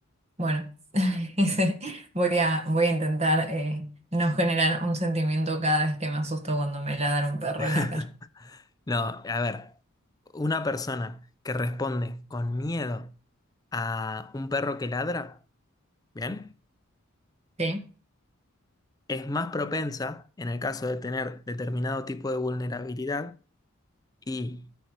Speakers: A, on the right (about 30°); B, on the left (about 15°).
A: Bueno, <laughs> ese- voy a, voy a intentar eh, no generar un sentimiento cada vez que me asusto cuando me ladra un perro
B: <laughs>
A: en la calle.
B: No, a ver, una persona que responde con miedo a un perro que ladra, ¿bien?
A: ¿Sí?
B: Es más propensa, en el caso de tener determinado tipo de vulnerabilidad, y